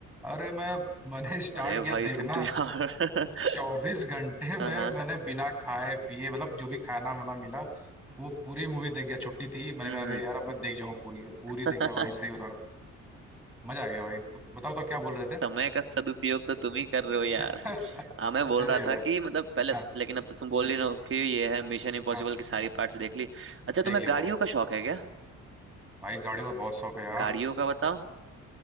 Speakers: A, in the centre; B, on the right.
A: अरे मैं मैंने <laughs> स्टार्ट
B: अरे
A: किया
B: भाई
A: देखना
B: तुम तो यार <laughs>
A: चौबीस घंटे में
B: हाँ हाँ
A: मैंने बिना खाए पिए मतलब जो भी खाना वाना मिला वो पूरी मूवी देख गया छुट्टी थी मैंने
B: हम्म
A: कहा अरे यार अब मैं देख जाऊँ पूरी अब पूरी
B: हम्म।
A: देख गया भाई सही
B: <laughs>
A: बता रहा हूँ मजा आ गया भाई तो बताओ तो क्या बोल रहे थे
B: समय का सदुपयोग तो तुम ही कर रहे हो यार
A: <laughs>
B: हाँ मैं बोल
A: अरे
B: रहा था
A: भाई
B: कि मतलब पहले
A: हाँ
B: लेकिन अब तो तुम बोल रही हो कि ये है मिशन इम्पॉसिबल
A: हाँ
B: की सारी पार्ट्स देख ली अच्छा
A: देख
B: तुम्हें
A: लिया
B: गाड़ियों
A: भाई
B: का शौक है क्या
A: भाई गाड़ियों का बहुत शौक है यार
B: गाड़ियों का बताओ